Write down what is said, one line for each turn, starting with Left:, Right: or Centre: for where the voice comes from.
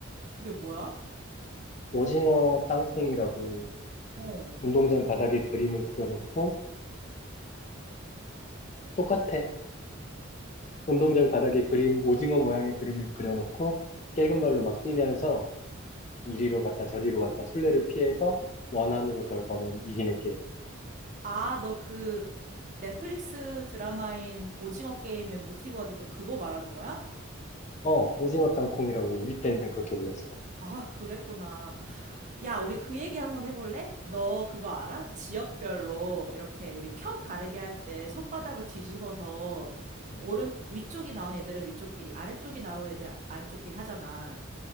Right: 그게 뭐야?
Left: 오징어 땅콩이라고
Right: 어.
Left: 운동장 바닥에 그림을 그려놓고 똑같아. 운동장 바닥에 그림, 오징어 모양의 그림을 그려놓고 깨금 발로 막 뛰면서 이리로 갔다 저리로 갔다 술래를 피해서 원 안으로 들어가면 이기는 게임.
Right: 아, 너 그 넷플릭스 드라마인 오징어 게임의 모티브가 됐던 그거 말하는 거야?
Left: 어, 오징어 땅콩이라고 우리 때는 그렇게 불렀어.
Right: 아, 그랬구나. 야, 우리 그 얘기 한번 해볼래? 너 그거 알아? 지역별로 이렇게 우리 편 가르기 할 때 손바닥을 뒤집어서
Left: 음.
Right: 오른 위쪽이 나온 애들은 위쪽끼리, 아래쪽이 나온 애들 아래쪽끼리 하잖아.